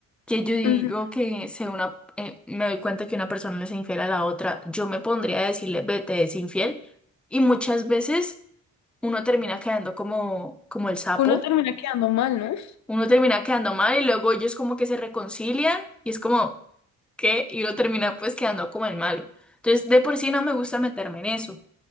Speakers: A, in the centre; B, on the left (about 65°).
A: que yo digo
B: Ujú.
A: que se una, eh, me doy cuenta que una persona le es infiel a la otra, yo me pondría a decirle, vete, es infiel. Y muchas veces uno termina quedando como, como el sapo,
B: Uno termina quedando mal, ¿no?
A: uno termina quedando mal y luego ellos como que se reconcilian y es como, ¿qué? Y uno termina pues quedando como el malo. Entonces, de por sí no me gusta meterme en eso